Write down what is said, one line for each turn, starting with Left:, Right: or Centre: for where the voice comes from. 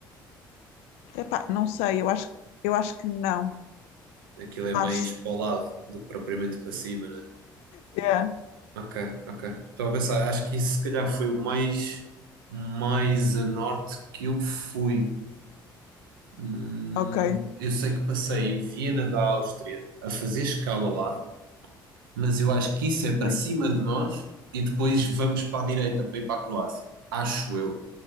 Left: Epá, não sei, eu acho, eu acho que não.
Right: Aquilo é mais
Left: Acho.
Right: para o lado do que propriamente para cima, né?
Left: Yeah.
Right: Ok, ok. Estava a pensar, acho que isso se calhar foi o mais, mais a norte que eu fui. Hum,
Left: Ok,
Right: eu sei que passei em Viena da Áustria a fazer escala lá, mas eu acho que isso
Left: ok.
Right: é para cima de nós e depois vamos para a direita para ir para a Croácia. Acho eu,